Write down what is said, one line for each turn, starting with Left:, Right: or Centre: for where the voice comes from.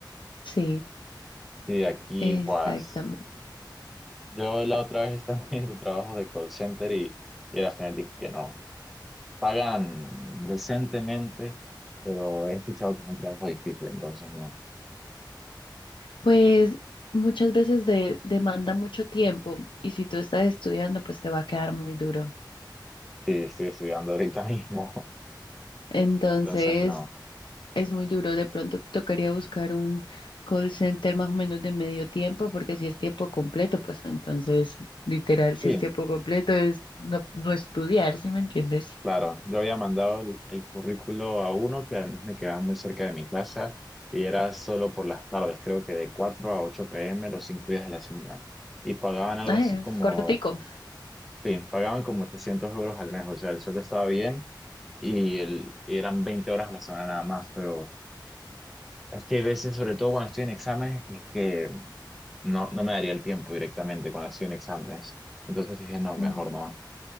Left: Sí,
Centre: Sí, aquí,
Left: exactamente.
Centre: pues. Yo la otra vez estaba <laughs> haciendo trabajos de call center y, y al final dije que no. Pagan decentemente, pero he escuchado que es un trabajo difícil, entonces no.
Left: Pues muchas veces de- demanda mucho tiempo y si tú estás estudiando, pues te va a quedar muy duro.
Centre: Sí, estoy estudiando ahorita mismo,
Left: Entonces,
Centre: <laughs> entonces no.
Left: es muy duro. De pronto te tocaría buscar un call center más o menos de medio tiempo, porque si es tiempo completo, pues entonces, literal,
Centre: Sí.
Left: si es tiempo completo es no, no estudiar, ¿sí me entiendes?
Centre: Claro, yo había mandado el, el currículo a uno que además me quedaba muy cerca de mi casa y era solo por las tardes, creo que de cuatro a 8 pm los cinco días de la semana. Y pagaban algo
Left: Ah,
Centre: así como,
Left: es cortico.
Centre: sí, pagaban como 800 euros al mes, o sea, el sueldo estaba bien y, el, y eran 20 horas a la semana nada más, pero es que hay veces, sobre todo cuando estoy en exámenes, es que no, no me daría el tiempo directamente cuando estoy en exámenes. Entonces dije, no, mejor
Left: Mm.
Centre: no.